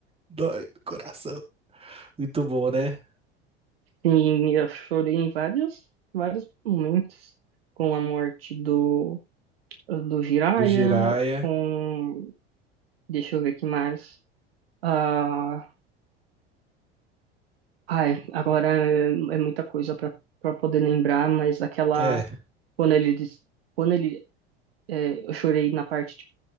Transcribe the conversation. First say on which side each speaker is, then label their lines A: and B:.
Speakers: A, on the right; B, on the right.
A: Dói do coração. Muito bom, né?
B: Sim, eu chorei em vários, vários momentos com a morte do, do Jiraiya,
A: Do Jiraiya.
B: com... Deixa eu ver o que mais. ah ai, agora é, é muita coisa para poder lembrar, mas aquela
A: É.
B: Quando ele diz, quando ele, é, eu chorei na parte tipo,